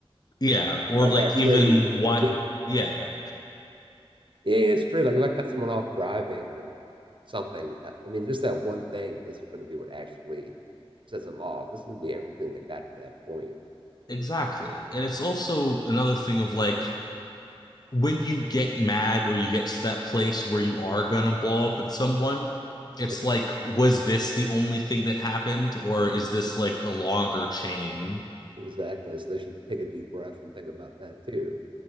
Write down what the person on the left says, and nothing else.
Yeah, or
like
even
why.
Yeah,
exactly.
And it's also another thing of like when you get mad or you get to that place where you are gonna blow up at someone, it's
like,
was this the only thing that happened, or is this like a longer chain